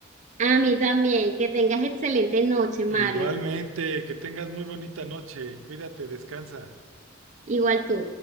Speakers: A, on the right; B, on the right.
A: a mí también. Que tengas excelente noche, Mario.
B: Igualmente, que tengas muy bonita noche. Cuídate, descansa.
A: Igual tú.